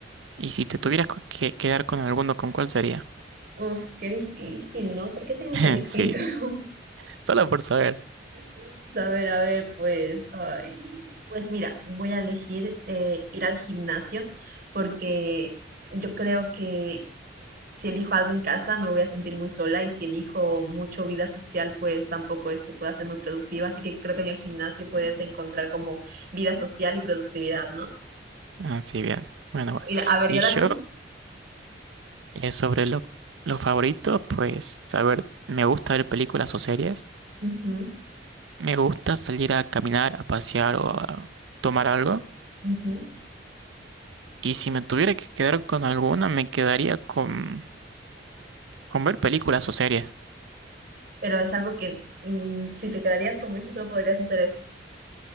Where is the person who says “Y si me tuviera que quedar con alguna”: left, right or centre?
Right